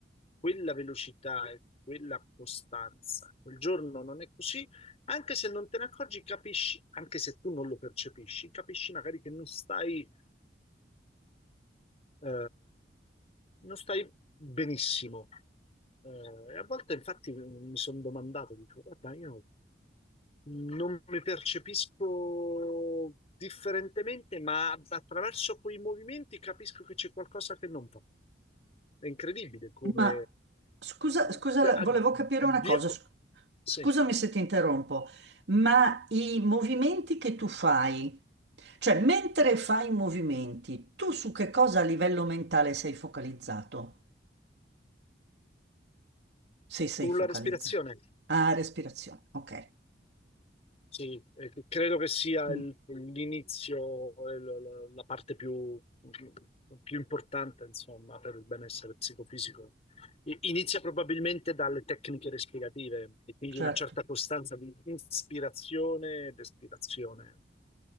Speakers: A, on the left; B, on the right.
A: quella velocità e quella costanza, quel giorno non è così, anche se non te ne accorgi, capisci, anche se tu non lo percepisci, capisci magari che non stai, eh, non stai benissimo. Eh, e a volte infatti mi sono domandato, dico, guarda, io non mi percepisco differentemente, ma attraverso quei movimenti capisco che c'è qualcosa che non va. È incredibile come...
B: Ma scusa,
A: eh,
B: scusa,
A: da-
B: la- volevo capire
A: dia-
B: una cosa, sc-
A: sì,
B: scusami se ti interrompo, ma i movimenti che tu fai, cioè mentre fai i movimenti, tu su che cosa a livello mentale sei focalizzato? Se sei
A: con
B: focalizzato.
A: la respirazione.
B: Ah, respirazione, ok.
A: Sì, eh, credo che sia
B: Mm,
A: il- l'inizio, eh, la la- la parte più, mm, più importante, insomma, per il benessere psicofisico. I- Inizia probabilmente dalle tecniche respirative e quindi
B: certo.
A: una certa costanza di ispirazione ed espirazione.